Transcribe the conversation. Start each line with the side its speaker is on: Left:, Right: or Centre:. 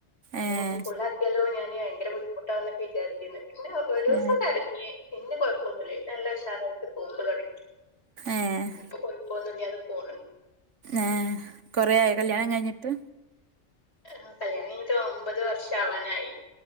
Left: ഇപ്പൊ
Right: ഏഹ്
Left: ഞാൻ സ്കൂളിലാക്കി ലോ ഞാാന് ഭയങ്കര ബുദ്ധിമുട്ടാവകന്നൊക്കെ വിചാരിച്ചിരുന്ന പിന്നെ ഒരു ദിവസം
Right: ഏഹ്
Left: കരഞ്ഞ് പിന്നെ കൊഴപ്പൊന്നുമല്ല നല്ല വിഷാറായിട്ട് പോക്ക്തുടങ്ങി
Right: ഏഹ്
Left: ഇപ്പൊകുഴപ്പമൊന്നു മില്ലാതെ പോന്നു
Right: ആഹ്‌ കൊറെ ആയ കല്യാണം കഴിഞ്ഞിട്ട്
Left: ആ കല്യാണം കഴിഞ്ഞിട്ട് ഒമ്പത് വർഷം ആവാറായി